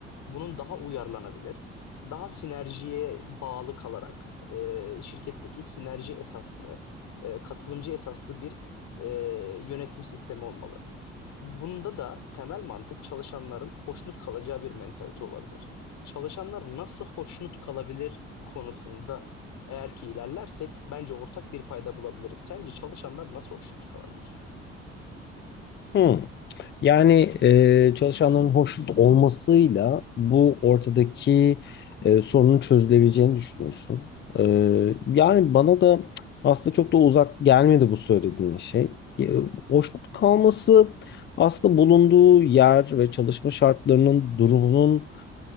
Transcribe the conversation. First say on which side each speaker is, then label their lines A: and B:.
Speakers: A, on the left; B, on the left.
A: bunun daha uyarlanabilir, daha sinerjiye bağlı kalarak e, şirketteki sinerji esaslı, e, katılımcı esaslı bir e, yönetim sistemi olmalı. Bunda da temel mantık çalışanların hoşnut kalacağı bir mentalite olabilir. Çalışanlar nasıl hoşnut kalabilir konusunda eğer ki ilerlersek bence ortak bir payda bulabiliriz. Sence çalışanlar nasıl hoşnut kalabilir?
B: Hmm. Yani e, çalışanların hoşnut olmasıyla bu ortadaki e, sorunun çözülebileceğini düşünüyorsun. E, yani bana da aslında çok da uzak gelmedi bu söylediğin şey. E, hoşnut kalması aslında bulunduğu yer ve çalışma şartlarının durumunun